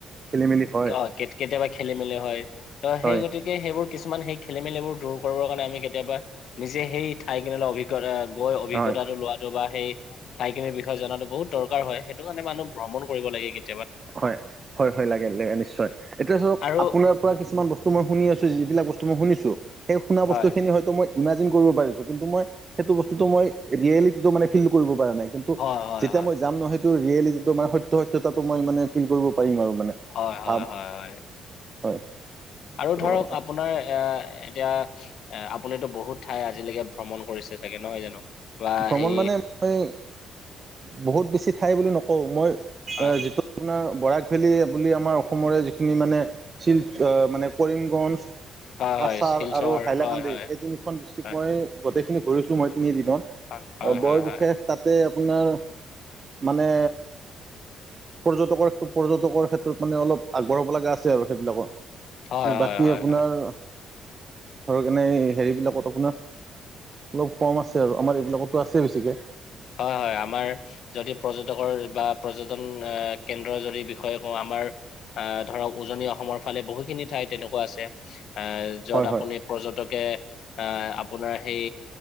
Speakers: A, on the right (about 35°); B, on the left (about 70°).
A: খেলি মেলি হয়
B: অ কেতিয়াবা খেলি মেলি হয়, ত
A: হয়
B: সেই গতি গতিকে সেইবোৰ কিছুমান সেই খেলি মেলি বোৰ দূৰ কৰিবৰ কাৰণে আমি কেতিয়াবা নিজে সেই ঠাই খনিলৈ অভিজ্ঞতা গৈ অভিজ্ঞতাটো
A: হয়
B: লোৱাটো বা সেই ঠাইখিনিৰ বিষয়ে জনাতো বহুত দৰকাৰ হয়। সেইটো কাৰণে মানুহ ভ্ৰমণ কৰিব লাগে কিন্ত।
A: হয় হয় হয় লাগে লাগে নিশ্চয়, এতিয়া ধৰক
B: আৰু
A: আপোনাৰ কিছুমান বস্তু মই শুনি আছো যিবিলাক বস্তু মই শুনিছো, সেই শুনা
B: হয়
A: বস্তু খিনি হয়তো মই ইমাজিন কৰিব পাৰিছো, কিন্তু মই সেইটো বস্তুটো মই ৰিয়েলিটিটো মানে ফিল কৰিব পৰা নাই, কিন্তু ত'
B: হয় হয়
A: যেতিয়া
B: হয়
A: মই যাম নহয় সেইটো ৰিয়েলিটিটো মানে সত্য সত্যতাটো মই মানে ফিল কৰিব পাৰিম আৰু মানে।
B: হয় হয়
A: ভাব
B: হয় হয়।
A: হয়।
B: আৰু
A: ত'
B: ধৰক আপোনাৰ এইয়া এতিয়া এ আপুনিতো বহুত ঠাই আজিলেকে ভ্ৰমণ কৰিছে চাগে নহয় জানো? বা
A: ভ্ৰমণ
B: সেই
A: মানে মই বহুত বেছি ঠাই বুলি নকওঁ মই এ
B: হয়
A: যিটো আপোনাৰ বৰাক ভেলী বুলি আমাৰ অসমৰে যিখিনি মানে শিলচ অ মানে কৰিমগঞ্জ,
B: হয়
A: কাছাৰ
B: হয় শিলচৰ
A: আৰু হাইলাকান্দি
B: হয় হয়
A: এই তিনি খন ডিষ্ট্ৰিক্ট
B: হয়
A: মই গোটেইখিনি ঘূৰিছো মই তিনিদিনত,
B: হয় হয়
A: বৰ
B: হয়
A: বিশেষ
B: হয়
A: তাতে আপোনাৰ মানে পৰ্যটকৰ- পৰ্যটকৰ ক্ষেত্ৰত মানে অলপ আগবঢ়াব লগা আছে আৰু সেইবিলাকত।
B: হয়
A: ত
B: হয়
A: বাকী
B: হয় হয়
A: আপোনাৰ
B: হয়
A: ধৰক এনেই হেৰিবিলাকত আপোনাৰ অলপ কম আছে আৰু আমাৰ এই বিলাকতটো আছে বেছিকে।
B: হয় হয় আমাৰ যদি পৰ্যটকৰ বা পৰ্যটন অ কেন্দ্ৰৰ যদি বিষয়ে কওঁ আমাৰ আহ ধৰক উজনি অসমৰ ফালে বহুখিনি ঠাই তেনেকুৱা আছে, আহ যত
A: হয় হয়
B: আপুনি পৰ্যটকে আহ আপোনাৰ সেই